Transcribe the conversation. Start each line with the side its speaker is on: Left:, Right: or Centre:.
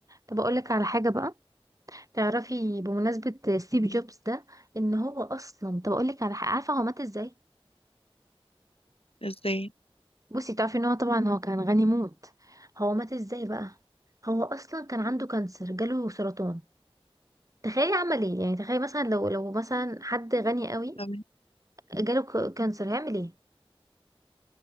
Right: طب اقول لك على حاجه بقى تعرفي بمناسبه ستيف
Left: مم.
Right: جوبز ده ان هو اصلا طب اقول لك على حاجه عارفه هو مات ازاي
Left: ازاي
Right: بصي تعرفي ان هو طبعا هو كان غني موت هو مات ازاي بقى هو اصلا كان عنده كانسر جاله سرطان تخيلي عمل ايه يعني تخيلي مثلا لو لو مثلا حد غني قوي
Left: تمام
Right: جاله ك- كانسر هيعمل ايه